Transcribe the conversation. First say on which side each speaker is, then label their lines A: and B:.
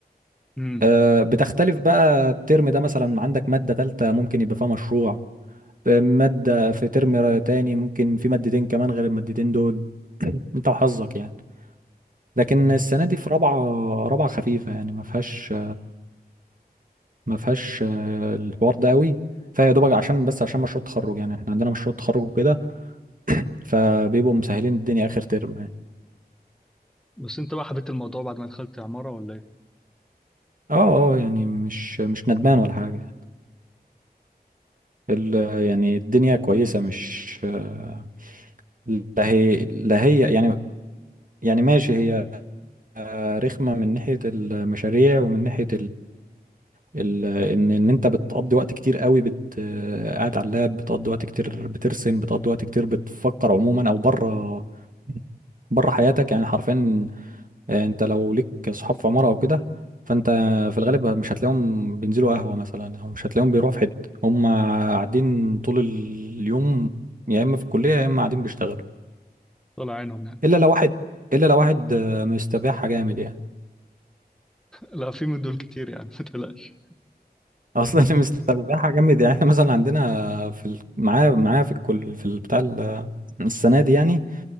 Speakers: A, in the centre; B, on the right.
A: امم
B: آه بتختلف بقى الترم ده مثلا عندك مادة تالتة ممكن يبقى فيها مشروع آه، مادة في ترم تاني ممكن في مادتين كمان غير المادتين دول <clears throat> انت وحظك يعني لكن
A: أمم.
B: السنه دي في رابعه رابعه خفيفه يعني ما فيهاش ما فيهاش آه، الحوار ده قوي فيا دوبك عشان بس عشان مشروع التخرج يعني احنا عندنا مشروع تخرج وكده فبيبقوا مسهلين الدنيا اخر ترم يعني
A: بس انت بقى حبيت الموضوع بعد ما دخلت عمارة ولا ايه
B: اه اه يعني مش مش ندمان ولا حاجه يعني ال يعني الدنيا كويسه مش آه، لا هي لا هي يعني يعني ماشي هي آه، رخمه من ناحيه المشاريع ومن ناحيه ال- ان ان انت بتقضي وقت كتير قوي بت آه، قاعد على اللاب بتقضي وقت كتير بترسم بتقضي وقت كتير بتفكر عموما او بره بره حياتك يعني حرفيا آه، انت لو ليك صحاب في عمارة او كده فانت في الغالب مش هتلاقيهم بينزلوا قهوة مثلا او مش هتلاقيهم بيروحوا في حتة هم قاعدين طول اليوم يا اما في الكلية يا اما قاعدين بيشتغلوا
A: طلع عينهم يعني
B: الا لو واحد الا لو واحد آه، مستباحة جامد يعني
A: لا في من دول كتير يعني ما تقلقش
B: <laughs> اصلا اللي مستباحة جامد يعني <laughs> مثلا عندنا في ال... معايا معايا في الكل في البتاع السنه دي يعني